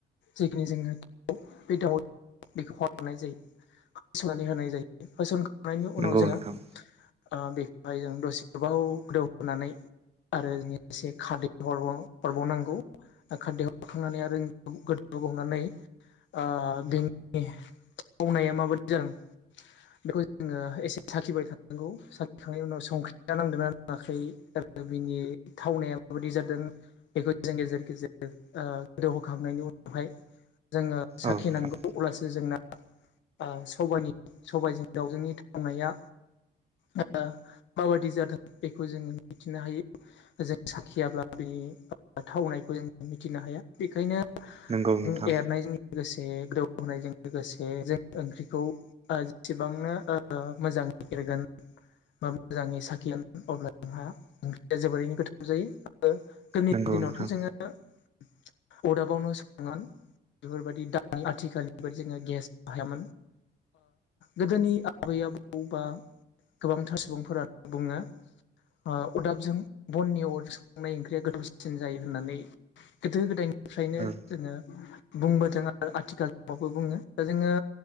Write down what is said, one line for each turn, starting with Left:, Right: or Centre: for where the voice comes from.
Left: जिखिनि जोङो बे दाउ <unintelligible> जायो होसोननानै होनाय जायो होसन खांनायनि
Right: नंगौ
Left: उनाव जोङो
Right: नोंथां
Left: ओ बेखौहाय जों दसे गोबाव गोदौ होनानै आरो एसे खादै हरबाव हरबावनांगौ खारदैयाव हरखांनानै आरो गोदौ बावनानै ओ बेनि मावनाया माबादि जादों बेखौ जोङो एसे साखिबाय थानांगौ साखिखांनायनि उनाव संख्रिया नांदोंना नाङाखै बिनि थावनाया माबायदि जादों बेखौ जों गेजेर गेजेर ओ गोदौ होखांनायनि जोङो साखिनांगौ
Right: औ नोंथां
Left: अब्लासो जोंना ओ सबानि सबायजों दाउजोंनि थावनाया ओ माबादि जादों बेखौ जोङो मिथिनो हायो। जों साखियाब्ला बिनि थावनायखौ जोङो मिथिनो हाया बेखायनो
Right: नोंगौ
Left: जों
Right: नोंथां।
Left: एरनायजों लोगोसे। दौ होनायजों लोगोसे जों ओंख्रिखौ जेसेबांनो मोजाङै। जागोन। बा मोजाङै साखिना अब्ला जोंहा ओंख्रोया जोबोरैनो गोथाव जायो। गोदोनि
Right: नंगौ
Left: दिनावथ'
Right: नोंथां
Left: जोङो अरदाबावनो सङोमोन। बेफोरबायदि दा आथिखालनि बदि जोङो गेस बाहाया मोन गोदोनि आबै। आबौ गोबांथार सुबुंफोरानो बुङो। अरदाबजों बननि अर सखांनाय ओंख्रिया गोथौसिसिन जायो होननानै। गोदो गोदायनिफ्रायनो
Right: औ
Left: जोङो। बुंबोदों आरो आथिखालावबो बुङो दा जोङो